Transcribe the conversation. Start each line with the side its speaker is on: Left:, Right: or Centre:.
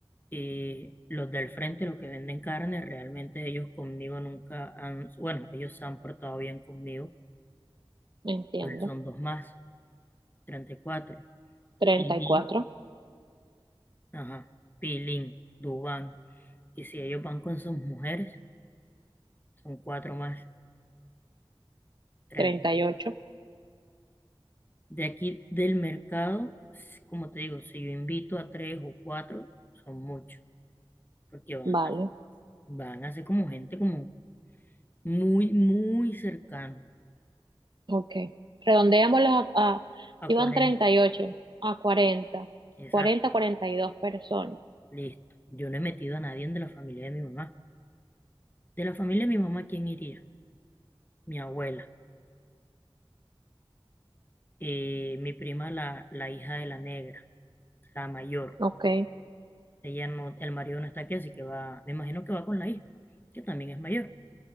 Left: Y los del frente, los que venden carne, realmente ellos conmigo nunca han, bueno, ellos se han portado bien conmigo,
Right: entiendo.
Left: pero son dos más, treinta y cuatro
Right: treinta
Left: Pilín,
Right: treinta y cuatro
Left: ajá, Pilín, Dubán. Y si ellos van con sus mujeres, son cuatro más, treinta
Right: treinta y ocho
Left: De aquí del mercado, s- como te digo, si yo invito a tres o cuatro, son muchos, porque van,
Right: vale,
Left: van a ser como gente como muy, muy cercana
Right: ok. Redondeémoslo a, a-
Left: a
Right: iban
Left: cuarenta
Right: treinta y ocho a cuarenta
Left: Exacto.
Right: cuarenta cuarenta y dos personas.
Left: Listo. Yo no he metido a nadie de la familia de mi mamá. De la familia de mi mamá, ¿quién iría? Mi abuela, eh, mi prima, la, la hija de la negra, la mayor.
Right: Ok,
Left: Ella no, el marido no está aquí, así que va, me imagino que va con la hija, que también es mayor.